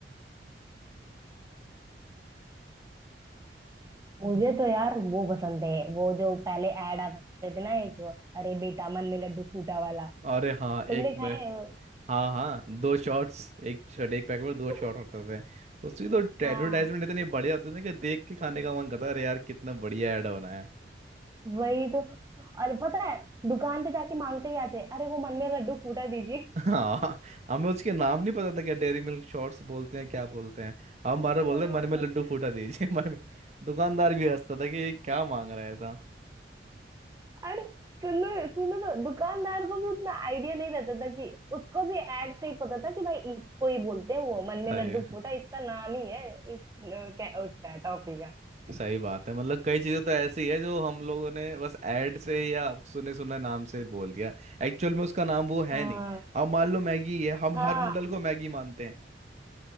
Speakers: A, on the right; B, on the right.
A: मुझे तो यार वो पसंद है वो जो पहले ऐड आते थे ना एक अरे बेटा मन में लड्डू फूटा वाला
B: अरे हाँ एक
A: तुमने खाया
B: में
A: है वो
B: हाँ हाँ दो शॉट्स एक शॉट एक पैकेट में
A: <laughs>
B: दो शॉट होते थे उसकी तो
A: हाँ
B: एडवर्टाइजमेंट इतनी बढ़िया होती थी कि देख के खाने का मन करता है अरे यार कितना बढ़िया ऐड होना
A: वही तो और पता है दुकान पे जाके मांगते ही आते अरे वो मन में लड्डू फूटा दीजिए
B: हाँ हमें उसके नाम नहीं पता था क्या डेयरी मिल्क शॉट्स बोलते हैं क्या बोलते हैं हम बार बार बोलते
A: <laughs> हाँ।
B: हैं, मन में लड्डू फूटा दीजिए <laughs> मन में दुकानदार भी हंसता था कि ये क्या मांग रहा है ऐसा
A: अरे सुनो सुनो तो दुकानदार को भी उतना आइडिया नहीं रहता था कि उसको भी ऐड से ही पता था कि भाई इसको ही बोलते हैं वो मन
B: सही
A: में लड्डू फूटा इसका नाम ही है इस क्या उसका टॉफी का
B: सही बात है मतलब कई चीज़ें तो ऐसी है जो हम लोगों ने बस ऐड से या सुने सुने नाम से बोल दिया एक्चुअल में उसका नाम वो है
A: हाँ
B: नहीं अब मान लो मैगी है हम
A: हाँ
B: हर नूडल को मैगी मानते हैं